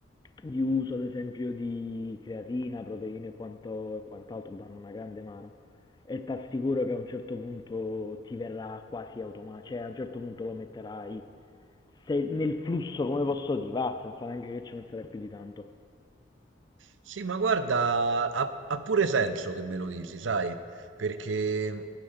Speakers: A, on the left; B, on the right.
A: di uso, ad esempio, di creatina, proteine e quanto- e quant'altro danno una grande mano e ti assicuro che a un certo punto ti verrà quasi automatico, cioè a un certo punto lo metterai se- nel flusso, come posso dire, va, senza neanche che ci penserai più di tanto.
B: Sì, ma guarda, ha, ha pure senso che me lo dici, sai, perché mhmm,